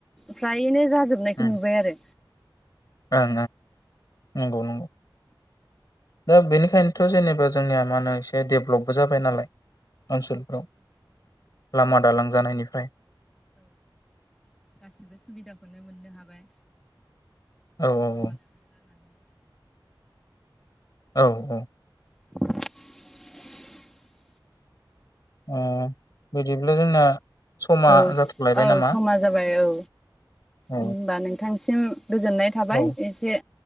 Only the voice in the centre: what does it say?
फ्रायनो जाजोब जोबनायखौ
नुबाय आरो।
औ
जौगाय
औ गासिबो सुबिदाखौनो मोननो हाबाय।
लामा
दालां जानानै
<inaudible>
औस
औ
समा जाबाय औ
होनबा नोंथां निसिम गोजोननाय थाबाय
एसे